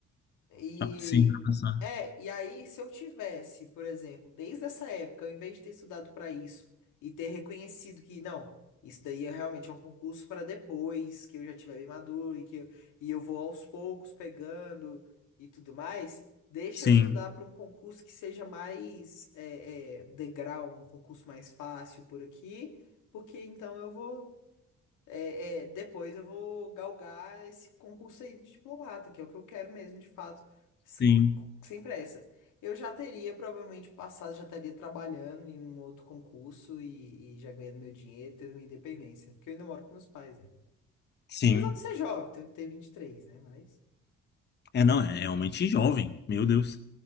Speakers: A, on the left; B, on the left.
A: E
B: tá- sim, pra passar.
A: é, e aí se eu tivesse, por exemplo, desde essa época, ao invés de ter estudado para isso e ter reconhecido que não, isso daí é realmente é um concurso para depois, que eu já tiver bem maduro e que eu, e eu vou aos poucos pegando e tudo mais, deixa
B: Sim,
A: eu estudar para um concurso que seja mais é, é, degrau, um concurso mais fácil por aqui, porque então eu vou é, é, depois eu vou galgar esse concurso aí de diplomata, que é o que eu quero mesmo, de fato, se-
B: sim,
A: co- co- sem pressa. Eu já teria provavelmente passado, já estaria trabalhando em um outro concurso e, e já ganhando meu dinheiro, tendo minha independência, porque eu ainda moro com meus pais, né?
B: sim.
A: Apesar de ser jovem, ter, ter vinte e três né? Mas,
B: É, não, é realmente jovem. Meu Deus.